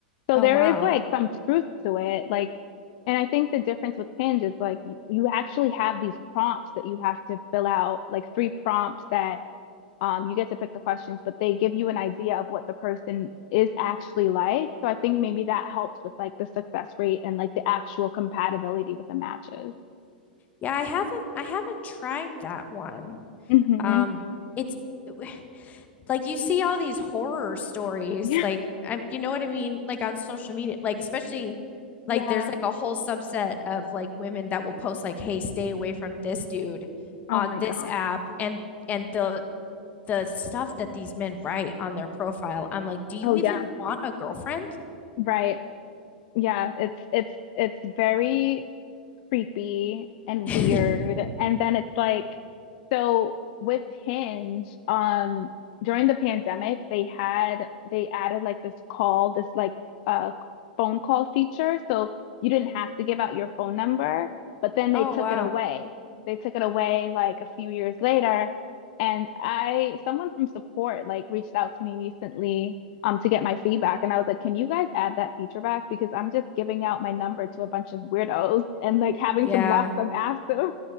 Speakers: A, on the left; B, on the left.
A: So
B: Oh,
A: there
B: wow.
A: is like some truth to it. Like, and I think the difference with Hinge is like you, you actually have these prompts that you have to fill out, like three prompts that um you get to pick the questions, but they give you an idea of what the person is actually like. So I think maybe that helps with like the success rate and like the actual compatibility with the matches.
B: Yeah, I haven't I haven't tried that one.
A: hmm
B: Um, it's <sighs> like you see all these horror stories,
A: <laughs> Yeah.
B: like I'm, you know what I mean? Like on social media, like especially
A: Yeah.
B: like there's like a whole subset of like women that will post like, "Hey, stay away from this dude
A: Oh
B: on
A: my
B: this
A: gosh.
B: app," and and the the stuff that these men write on their profile. I'm like, "Do you
A: Oh
B: even
A: yeah.
B: want a girlfriend?"
A: Right. Yeah. It's it's it's very creepy and
B: <laughs>
A: weird. And then it's like, so with Hinge, um, during the pandemic, they had they added like this call, this like uh phone call feature. So you didn't have to give out your phone number, but then they
B: Oh,
A: took
B: wow.
A: it away. They took it away like a few years later. And I, someone from support like reached out to me recently um to get my feedback and I was like, "Can you guys add that feature back because I'm just giving out my number to a bunch of weirdos and like having
B: Yeah.
A: to block them afterwards."